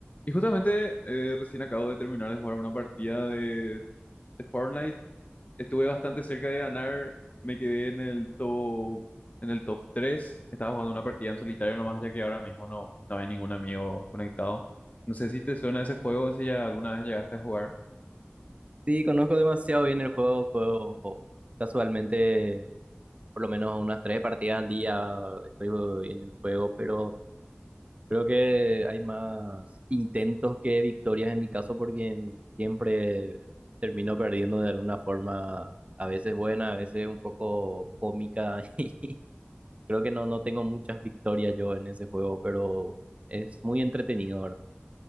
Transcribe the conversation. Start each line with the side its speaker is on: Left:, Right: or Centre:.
Left: Y justamente eh, recién acabo de terminar de jugar una partida de, de Fortnite. Estuve bastante cerca de ganar. Me quedé en el top, en el top tres Estaba jugando una partida en solitario nomás, ya que ahora mismo no, no hay ningún amigo conectado. No sé si te suena ese juego, si ya alguna vez llegaste a jugar.
Right: Sí, conozco demasiado bien el juego, juego casualmente por lo menos unas tres partidas al día estoy en el juego, pero creo que hay más intentos que victorias en mi caso porque siempre termino perdiendo de alguna forma, a veces buena, a veces un poco cómica. <laughs> Creo que no, no tengo muchas victorias yo en ese juego, pero es muy entretenido ahora.